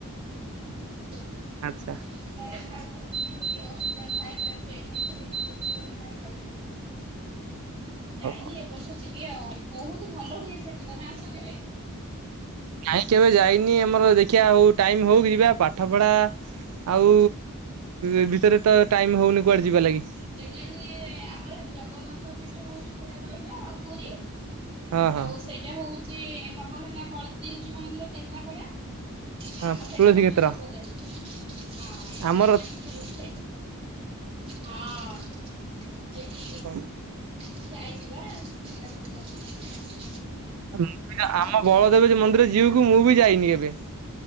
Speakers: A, on the right; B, on the right.
A: <unintelligible>
B: ଆଚ୍ଛା।
A: <inaudible>
B: <inaudible>
A: ହଉ ଯାଇନି
B: ହ
A: ଏ ବର୍ଷ ଯିବି ଆଉ ବହୁତ ଭଲ ହୁଏ ସେଠି ତମେ ଆସ କେବେ।
B: କାହିଁ କେବେ ଯାଇନି ଆମର ଦେଖିବା ହଉ ଟାଇମ ହଉ କି ଯିବା ପାଠ ପଢା ଆଉ ଏ ଭିତରେ ତ ଟାଇମ ହଉନି କୁଆଡେ ଯିବା ଲାଗି।
A: ସେ ଯେମତି ଆମର ଜଗନ୍ନାଥ ପୀଠ ହଉଛି କେଉଁଟା କହିଲ ପୁରୀ।
B: ହଁ ହଁ
A: ଆଉ ସେଇଟା ହଉଛି ତମର ହେଲା ବଲଦେବ ଜୀଉ ମନ୍ଦିର କେନ୍ଦ୍ରାପଡା ଆମର
B: ହଁ
A: ସେଇଟା
B: ତୁଳସୀ
A: ହଉଛି
B: କ୍ଷେତ୍ର
A: ସୁଭଦ୍ରା ପୀଠ ହଁ ସୁଭଦ୍ରା
B: ଆମର
A: ପୀଠ ହଉଛି ସେଇଟା। ହଁ ସେଠି
B: ହ।
A: ମୁଁ ଯାଇଛି ବା <unintelligible>
B: ମୁଁ ବି
A: ବହୁତ
B: ଆମ ବଳଦେବ
A: ଭଲ ଯାଇଛି
B: ମନ୍ଦିର ଜୀଉ କୁ ମୁଁ ବି ଯାଇନି କେବେ।